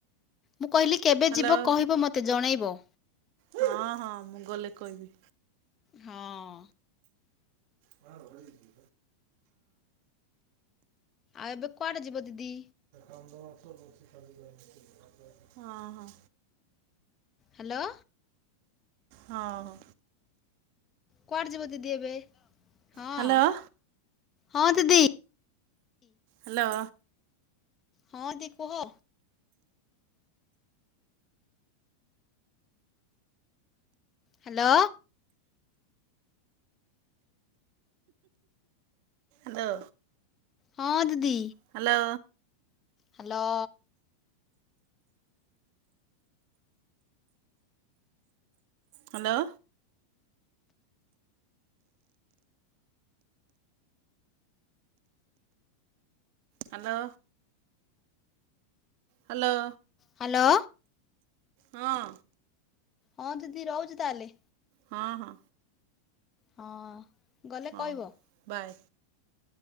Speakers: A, on the left (about 25°); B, on the right (about 50°).
A: ମୁଁ କହିଲି କେବେ
B: ହ୍ୟାଲୋ
A: ଯିବ କହିବ ମୋତେ ଜଣାଇବ
B: ହଁ ହଁ ମୁଁ ଗଲେ କହିବି
A: ହଁ
B: ହଁ ରି <unintelligible>
A: ଆଉ ଏବେ କୁଆଡ଼େ ଯିବ ଦିଦି?
B: <unintelligible> ହଁ ହଁ
A: ହ୍ୟାଲୋ
B: ହଁ
A: କୁଆଡେ ଯିବ ଦିଦି ଏବେ ହଁ
B: ହ୍ୟାଲୋ ହ୍ୟାଲୋ
A: ହଁ ଦିଦି
B: ହ୍ୟାଲୋ
A: ହଁ ଦି କୁହ ହ୍ୟାଲୋ
B: ଆଲୋ
A: ହଁ ଦିଦି
B: hello
A: hello
B: hello hello hello
A: hello
B: ହଁ
A: ହଁ ଦିଦି ରହୁଛି ତାହେଲେ
B: ହଁ ହଁ
A: ହଁ ଗଲେ
B: ହଉ
A: କହିବ
B: ବାଏ।